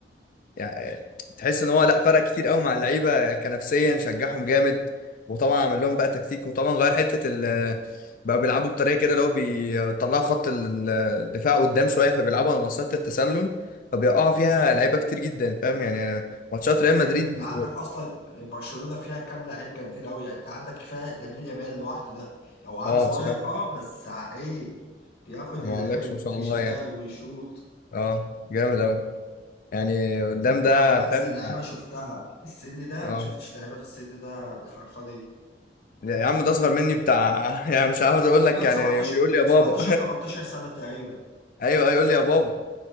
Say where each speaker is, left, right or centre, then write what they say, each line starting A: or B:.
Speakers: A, on the left; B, on the left.
A: يعني تحس ان هو لا فرق كتير قوي مع اللعيبه كنفسيا شجعهم جامد وطبعا عمل لهم بقى تكتيك وطبعا غير حته ال بقى بيلعبوا بطريقه كده اللي هو بيطلعوا خط ال- الدفاع قدام شويه فبيلعبوا على مسطره التسلل فبيقعوا فيها لعيبه كتير جدا فاهم يعني ماتشات ريال
B: غير
A: مدريد
B: ان انت عندك اصلا برشلونة فيها كام لعيب جامدين قوي يعني انت عندك كفاية لامين يامال لوحده ده او عيل
A: اه
B: صغير
A: بصراحه
B: اه بس ع- ايه بياخد
A: ما
B: اللعيبه
A: اقولكش
B: يمين
A: ما شاء
B: في
A: الله
B: شمال
A: يعني
B: ويشوط
A: اه جامد قوي يعني قدام
B: صراحة
A: ده
B: من أحسن
A: فاهم
B: لعيبة شفتها في السن ده
A: اه
B: ما شفتش لعيبة في السن ده بالحرفنة دي
A: يا عم ده اصغر مني بتاع <laughs> يعني مش عاوز اقول
B: تقريبا
A: لك يعني
B: 17
A: يقول لي يا
B: 17
A: بابا
B: 18 سنة تقريبا
A: <laughs> ايوه يقول لي يا بابا